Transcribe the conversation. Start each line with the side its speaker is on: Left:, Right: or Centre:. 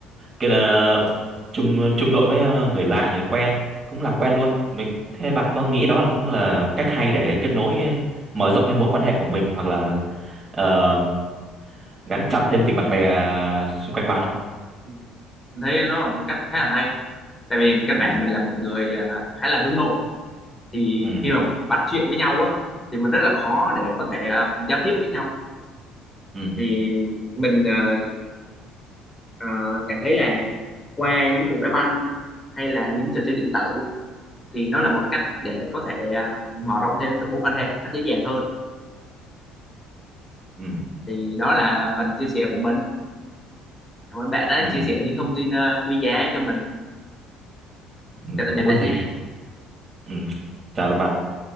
Right: cái ờ, chung chung đội với ờ, người lạ, người quen cũng làm quen luôn. Mình thế bạn có nghĩ đó là cũng là cách hay để kết nối ờ, mở rộng thêm mối quan hệ của mình hoặc là ờ, gắn chặt thêm tình bạn bè à, xung quanh bạn không
Left: ừ, mình thấy nó là một cách khá là hay tại vì căn
Right: ừ
Left: bản mình là một người à, khá là hướng nội thì
Right: ừ
Left: khi mà bắt chuyện với nhau á thì mình rất là khó để có thể à, giao tiếp với nhau
Right: ừ
Left: thì mình à, à, cảm thấy là qua những cuộc đá banh hay là những trò chơi điện tử thì nó là một cách để có thể à, mở rộng thêm các mối quan hệ một cách dễ dàng hơn
Right: ừ
Left: thì đó là phần chia sẻ của mình cảm ơn bạn đã
Right: ừ,
Left: chia sẻ những thông tin à, quý giá cho mình
Right: ừ. ừ,
Left: chào tạm
Right: không
Left: biệt bạn
Right: có gì
Left: nha
Right: ừ. chào các bạn